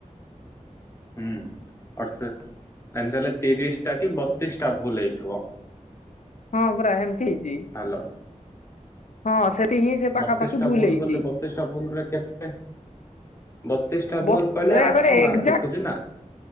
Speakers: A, on the left; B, on the left.
A: ହୁଁ ଅର୍ଥେ ତ ନା ତାହେଲେ ତିରିଶ ଟା କି ବତିଶ ଟା ଭୁଲ ହେଇଥିବ।
B: ହଁ ପୁରା ହେମିତି ହେଇଛି।
A: ହାଲୋ।
B: ହଁ ସେ ହିଁ ପାଖାପାଖି
A: ବତିଶ ଟା ଭୁଲ
B: ହେଇଛି।
A: ବୋଲି ବତିଶଟା ଭୁଲରେ କେତେ ବତିଶ ଟା
B: ବତି
A: ଭୁଲ କହିଲେ
B: ବେଳେ
A: ଆଠ
B: ବେଳେ
A: ମାର୍କ
B: ଏଜାକ୍ଟ
A: କଟୁଛି ନା